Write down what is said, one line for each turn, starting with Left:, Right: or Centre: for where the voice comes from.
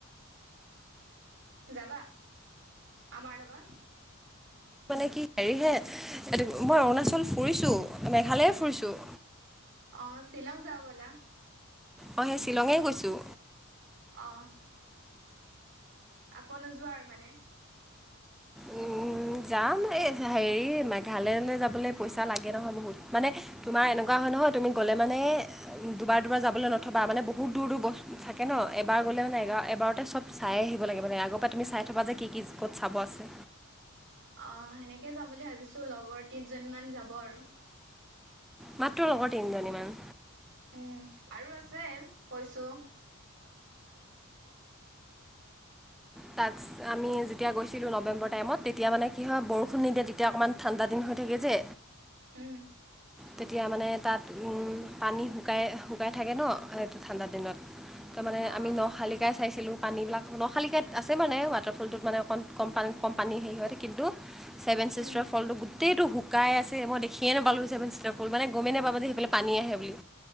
Right: যাবা আমাৰ লগত
Centre: মানে কি হেৰিহে মই অৰুণাচল ফুৰিছোঁ মেঘালয়ে ফুৰিছোঁ
Right: অ শ্বিলং যাও বলা
Centre: অ সেই শ্বিলঙে কৈছোঁ
Right: অ আকৌ নোযোৱা আৰু মানে?
Centre: উম। যাম এই হেৰি মেঘালয়লৈ যাবলৈ পইচা লাগে নহয় বহুত মানে তোমাৰ এনেকুৱা হয় নহয় তুমি গ'লে মানে দুবাৰ দুবাৰ যাবলৈ নথবা মানে বহুত দূৰ দূৰ থাকে ন এবাৰ গ'লে মানে এবাৰ এবাৰতে চব চাই আহিব লাগে মানে আগৰ পৰা তুমি চাই থবা যে কি কি ক'ত চাব আছে?
Right: অ সেনেকে যাম বুলি ভাবিছো লগৰ তিনিজন মান যাব আৰু।
Centre: মাত্ৰ লগৰ তিনিজনীমান?
Right: উম আৰু আছে কৈছো।
Centre: তাত আমি যেতিয়া গৈছিলো ন নৱেম্বৰ টাইমত তেতিয়া মানে কি হয় বৰষুণ নিদিয়ে তেতিয়া অকণমান ঠাণ্ডা দিন হৈ থাকে যে।
Right: উম।
Centre: তেতিয়া মানে তাত উম পানী শুকাই -শুকাই থাকে ন ঠাণ্ডা দিনত, ত মানে
Right: অ
Centre: আমি ন শালিকাই চাইছিলো পানীবিলাক ন শালিকাত আছে মানে ম ৱাটাৰ ফলটোত মানে অকণ কম পানী কম পানী হেৰি হয় কিন্তু ছেভেন চিষ্টাৰ
Right: উম
Centre: ফলটো গোট গোটেইটো শুকাই আছে মই দেখিয়ে নাপালো যে ছেভেন চিষ্টাৰ ফল মানে গমেই নাপামো যে সেইফাল পানী আহে বুলি।